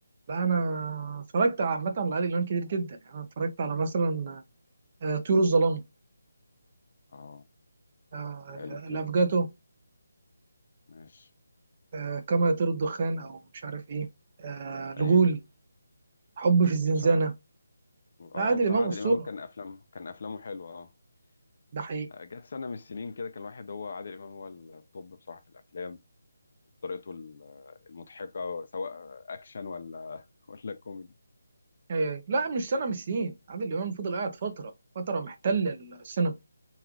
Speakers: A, on the right (about 25°); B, on the left (about 45°).
A: لا انا
B: كان حلو
A: اتفرجت عامه على عادل امام كتير جدا يعني انا اتفرجت على مثلا آه، طيور الظلام
B: اه
A: آه،
B: حلو طيور
A: الافجاتو
B: الظلام ماشي
A: آه، كما يطير الدخان او مش عارف ايه آه، الغول
B: أيوه
A: حب في الزنزانه
B: بصراحة اه
A: لا عادل
B: بصراحة
A: امام
B: عادل
A: اسطوره
B: إمام كان أفلام كان أفلامه حلوة اه
A: ده حقيقي
B: آه، جت سنة من السنين كده كان الواحد هو عادل إمام هو الطب بصراحة في الأفلام وبطريقته ال- المضحكة سواء أكشن ولا <laughs> ولا كوميدي
A: آه، لا مش سنه مش سنين عادل امام فضل قاعد فتره فتره محتل السينما